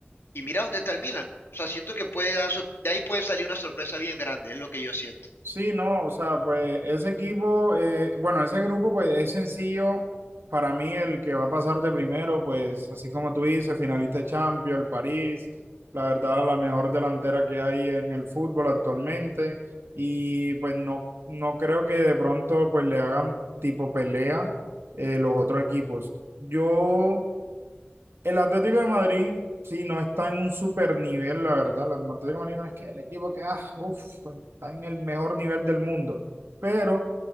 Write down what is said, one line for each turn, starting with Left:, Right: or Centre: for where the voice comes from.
Left: y mira dónde está el Milan. O sea, siento que puede dar, sor- de ahí puede salir una sorpresa bien grande, es lo que yo siento.
Right: Sí, no, o sea, pues ese equipo, eh, bueno, ese grupo, pues es sencillo. Para mí, el que va a pasar de primero, pues así como tú dices, finalista de Champions, el París, la verdad, la mejor delantera que hay en el fútbol actualmente. Y pues no, no creo que de pronto pues le hagan tipo pelea eh, los otros equipos. Yo el Atlético de Madrid, sí, no está en un super nivel, la verdad. El Atlético de Madrid no es que el equipo que, ah, uf, está en el mejor nivel del mundo. Pero